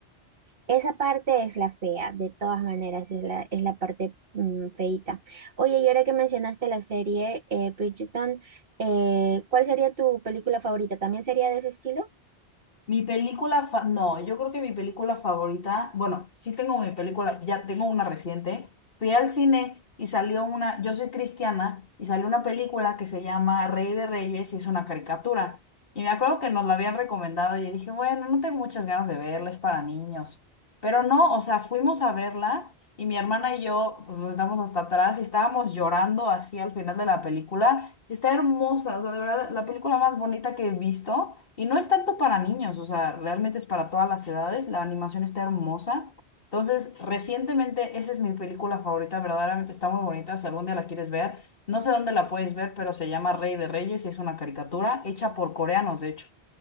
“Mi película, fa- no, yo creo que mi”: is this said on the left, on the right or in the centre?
Left